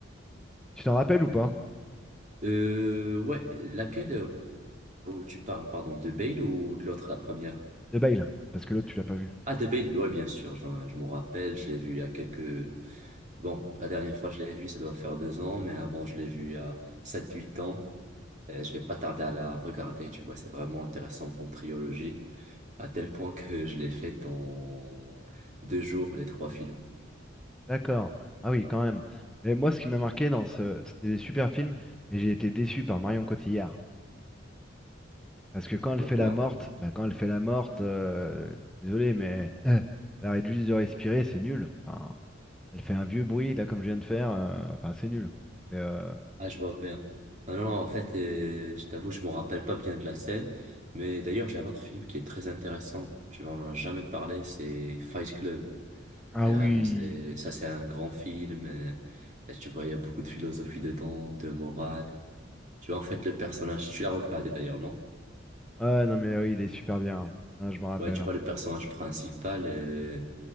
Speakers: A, in the centre; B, on the right.
A: Tu t'en rappelles ou
B: Hmm.
A: pas?
B: Euh, ouais, laquelle euh, où tu parles, pardon, de Bale ou de l'autre, la première?
A: De Bale, parce que l'autre, tu l'as pas vu.
B: Ah, The Babe, ouais, bien sûr, je, je m'en rappelle, je l'ai vu il y a quelques... Bon, la dernière fois, je l'ai vu, ça doit faire deux ans, mais avant, je l'ai vu il y a 7-8 ans. Euh, je vais pas tarder à la regarder, tu vois, c'est vraiment intéressant comme trilogie, à tel point que je l'ai faite en deux jours, les trois films.
A: D'accord. Ah oui, quand même. Mais moi, ce qui m'a marqué dans ce... C'était des super films, mais j'ai été déçu par Marion Cotillard. Parce que quand elle
B: Pourquoi?
A: fait la morte, bah quand elle fait la morte, euh, désolé, mais euh, elle arrête juste de respirer, c'est nul. Enfin, elle fait un vieux bruit, là, comme je viens de faire. euh, enfin, c'est nul. C'est, euh,
B: Ah, je vois bien. Non, non, en fait, euh, je t'avoue, je m'en rappelle pas bien de la scène, mais d'ailleurs, j'ai un autre film qui est très intéressant, tu vois, on en a jamais parlé, c'est Fight Club.
A: Ah
B: Et
A: oui.
B: vraiment, c'est, ça, c'est un grand film. euh, Et, tu vois, il y a beaucoup de philosophie dedans, de morale. Tu vois, en fait, le personnage, tu l'as regardé d'ailleurs, non?
A: Ah non, mais oui, il est super bien. hein. Ah, je me rappelle.
B: Ouais, tu
A: hein.
B: vois, le personnage principal, euh,